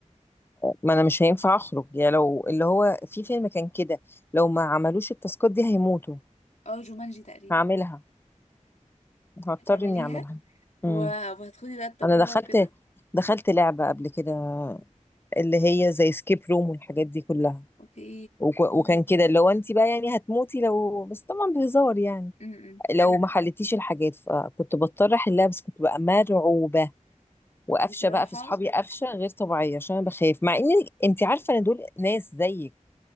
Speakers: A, on the left; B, on the left.
A: ما انا مش هينفع اخرج يا لو اللي هو في فيلم كان كده لو ما عملوش التاسكات دي هيموتوا
B: اه جومانجي تقريبا
A: هعملها هضطر
B: هتعمليها
A: اني اعملها امم
B: و- وهتخدي بقى التجربة
A: انا دخلت
B: وكده
A: دخلت لعبة قبل كده اللي هي زي سكيب روم والحاجات دي كلها
B: اوكي
A: وك- وكان كده لو انت بقى يعني هتموتي لو بس طبعا بهزار يعني
B: امم
A: لو ما حلتيش الحاجات فكنت بضطر احلها بس كنت بقى مرعوبة وقفشه
B: بصراحة
A: بقى في صحابي قفشه غير طبيعيه عشان انا بخاف مع ان انت عارفه ان دول ناس زيك